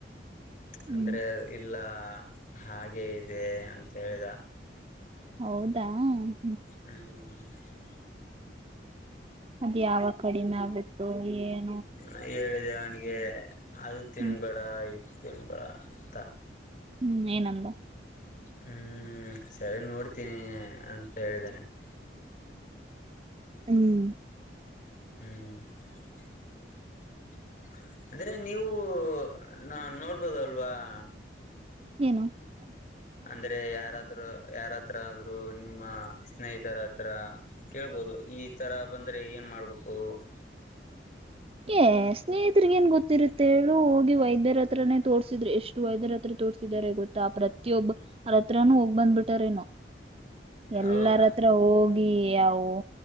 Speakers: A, on the left; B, on the right.
A: <inaudible>
B: ಹ್ಮ್
A: ಅಂದ್ರೆ, ಇಲ್ಲ. <inaudible> ಎಲ್ಲ, ಹಾಗೆ ಇದೆ! ಅಂತ ಹೇಳಿದ.. <inaudible>
B: ಹೌದಾ! <inaudible>
A: ಹ್ಮ್ <inaudible> <unintelligible>
B: ಅದ್, ಯಾವ ಕಡಿನ ಆಗು.. <inaudible> ತುಯೇನೂ! <inaudible>
A: ಹ ಹೇಳಿದೆ ಅವನಿಗೆ ಅದು ತಿನ್ಬೇಡ!
B: ಹ್ಮ್
A: <inaudible> ತಿನ್ರಾ, ಅಂತ! <inaudible>
B: ಹ್ಮ್, ಏನಂದ! <inaudible>
A: ಹ್ಮ್, ಸರಿ ನೋಡ್ತೀನಿ! ಅಂತ ಹೇಳಿದ್ದೇನೆ. <inaudible>
B: ಹ್ಮ್ <inaudible>
A: ಹ್ಮ್ <inaudible> <unintelligible> <inaudible> ಅಂದ್ರೆ! ನೀವು? ನಾ. <inaudible> ನೋಡ್ಬೋದುಲ್ವಾ? <inaudible>
B: ಏನು? <inaudible>
A: ಅಂದ್ರೆ, ಯಾರಾದ್ರೂ? ಯಾರತ್ರ ಆದ್ರು ನಿಮ್ಮ ಸ್ನೇಹಿತರ! ಅತ್ರ, ಕೇಳ್ಬೋದು! ಈ ತರ ಬಂದ್ರೆ ಏನ್ ಮಾಡ್ಬೇಕು? <inaudible>
B: ಏ, ಸ್ನೇಹಿತರಿಗೆ ಏನ್ ಗೊತ್ತಿರುತ್ತೆೇಳು! ಹೋಗಿ ವೈದ್ಯರತ್ರನೇ! ತೋರ್ಸಿದ್ರು ಎಷ್ಟು ವೈದ್ಯರಾತ್ರರ.. <unintelligible> ತೋರ್ಸಿದಿದ್ದಾರೆ ಗೊತ್ತಾ. ಪ್ರತಿಯೊಬ್ಬ ಅರತ್ರನುೂ ಹೋಗೀ ಬಂದ್ಬಿಟಾರೇನೋ? <inaudible> ಎಲ್ಲರತ್ರ,
A: ಹೌದಾ
B: ಹೋಗಿ! <inaudible> ಯಾವುವೂ,